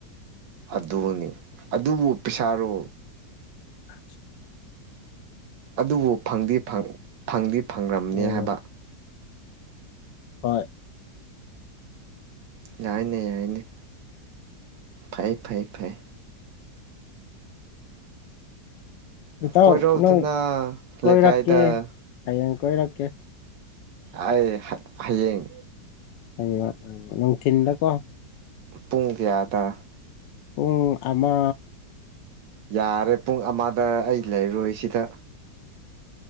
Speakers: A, on the right; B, on the left.
A: ꯑꯗꯨꯅꯤ ꯑꯗꯨꯕꯨ ꯄꯩꯁꯥꯔꯣ
B: ꯑ
A: ꯑꯗꯨꯕꯨ ꯐꯪꯗꯤ ꯐꯪꯗꯤ ꯐꯪ꯭ꯔꯝꯅꯤ
B: ꯎꯝ
A: ꯍꯥꯏꯕ
B: ꯍꯣꯏ
A: ꯌꯥꯏꯅꯦ ꯌꯥꯏꯅꯦ ꯐꯩ ꯐꯩ ꯐꯩ
B: ꯏꯇꯥꯎ
A: ꯀꯣꯏꯔꯧꯗꯅ
B: ꯅꯣꯏ ꯀꯣꯏꯔꯛꯀꯦ
A: ꯂꯩꯀꯥꯏꯗ
B: ꯍꯌꯦꯡ ꯀꯣꯏꯔꯛꯀꯦ
A: ꯑꯩ ꯍꯌꯦꯡ
B: ꯑꯣꯡ ꯊꯗꯀꯣ
A: ꯄꯨꯡ ꯀꯌꯥꯗ
B: ꯄꯨꯡ ꯑꯃ
A: ꯌꯥꯔꯦ ꯄꯨꯡ ꯑꯃꯗ ꯑꯩ ꯂꯩꯔꯣꯏ ꯁꯤꯗ